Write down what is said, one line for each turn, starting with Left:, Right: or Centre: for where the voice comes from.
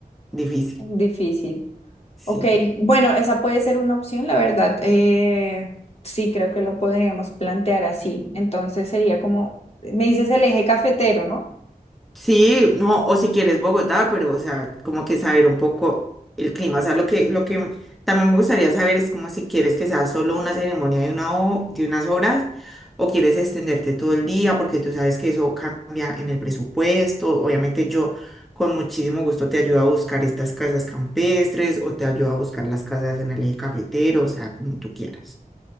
Centre: difícil,
Left: difícil.
Centre: sí.
Left: Ok, bueno, esa puede ser una opción, la verdad. Eh, sí, creo que lo podríamos plantear así. Entonces sería como, me dices el eje cafetero, ¿no?
Centre: Sí, no, o si quieres Bogotá, pero, o sea, como que saber un poco el clima. O sea, lo que, lo que también me gustaría saber es como si quieres que sea solo una ceremonia de una ho- de unas horas o quieres extenderte todo el día, porque tú sabes que eso cambia en el presupuesto. Obviamente yo con muchísimo gusto te ayudo a buscar estas casas campestres o te ayudo a buscar las casas en el eje cafetero, o sea, como tú quieras.